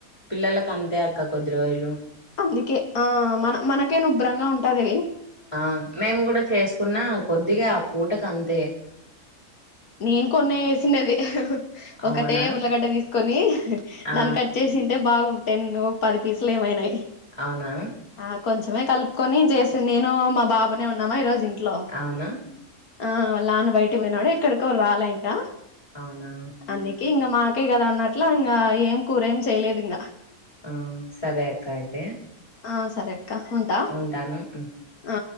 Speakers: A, on the left; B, on the left.
A: పిల్లలకంతే అక్క కొద్ది రోజలు
B: అందుకే ఆ మన మనకైన ఉభ్రంగా ఉంటాది
A: ఆ మేము గూడ చేసుకున్నా కొద్దిగా ఆ పూటకంతే
B: నేను కొన్నా ఎసిన్నది
A: అవునా
B: ఒకటే ఉల్లిగడ్డ తీసుకొని
A: ఆ
B: దాన్ని కట్ చేసింటే బాగు టెన్ను పది పీసులు ఏమైయినయి
A: అవునా
B: ఆ కొంచమే కలుపుకొని జేసిన్ నేను మా బాబునే ఉన్నామా ఈరోజు ఇంట్లో
A: అవునా
B: ఆ వాళ్ళ నాన్న బయటికి బోయినాడు ఎక్కడికో రాలే ఇంకా
A: అవునా
B: అందుకే ఇంగ మాకే గదా అన్నట్లు ఇంగా ఏం కూరేమ్ చేయలేదింగా
A: ఆ సరే అక్క అయితే
B: ఆ సరే అక్క ఉన్న
A: ఉంటాను ఉమ్మ్
B: ఆ